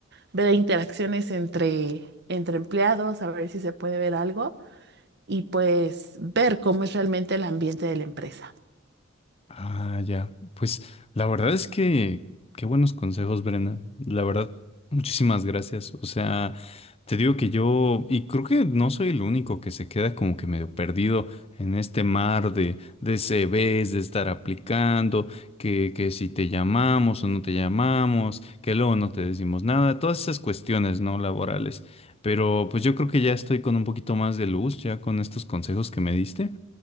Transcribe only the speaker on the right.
ver interacciones entre, entre empleados, a ver si se puede ver algo y pues ver cómo es realmente el ambiente de la empresa.